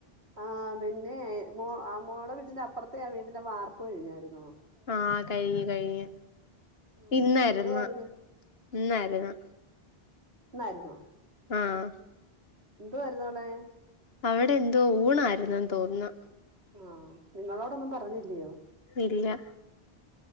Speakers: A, on the right (about 90°); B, on the left (about 70°).
A: ആഹ് പിന്നെ മോ ആ മോടെ വീട്ടിന്റെ അപ്പുറത്തെ ആ വീടിന്റെ വാർപ്പ് കഴിഞ്ഞായിരുന്നോ
B: ആഹ് കഴിഞ്ഞു കഴിഞ്ഞു
A: ആഹ്
B: ഇന്നായിരുന്നു
A: അവിടെ എന്തുവായിരുന്നു
B: ഇന്നായിരുന്നു
A: ഇന്നായിരുന്നോ
B: ആഹ്
A: എന്തു വായിരുന്നു അവിടെ
B: അവിടെ എന്തോ ഊണായിരു ന്നന്ന് തോന്നുന്നു
A: ആഹ് നിങ്ങളോടൊന്നും പറഞ്ഞില്ലയോ
B: ഇല്ല